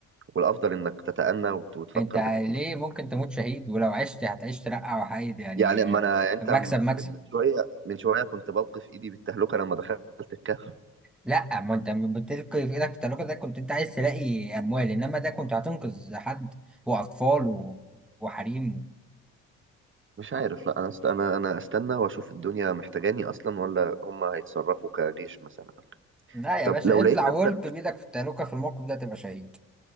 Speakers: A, on the right (about 40°); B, in the centre.
A: والافضل انك تتأنى وت- وتفكر
B: انت
A: بحكمه
B: ليه ممكن تموت شهيد ولو عشت هتعيش ترقع وحيد يعني
A: يعني اما انا
B: آه،
A: يعني انت
B: مكسب
A: م-
B: مكسب
A: من شويه من شويه كنت بوقف ايدي بالتهلكه لما دخلت الكهف
B: لا ما انت بتلقي في ايدك في التلاجة ده كنت انت عايز تلاقي اموال انما ده كنت هتنقذ حد واطفال و... وحريم
A: مش عارف لا انا است... انا انا استنى واشوف الدنيا محتاجاني اصلا ولا هم هيتصرفوا كجيش مثلا
B: لا يا
A: طب
B: باشا
A: لو
B: اطلع
A: لقيت نفسك
B: والقي بايدك في التلاجة في الموقف ده تبقى شهيد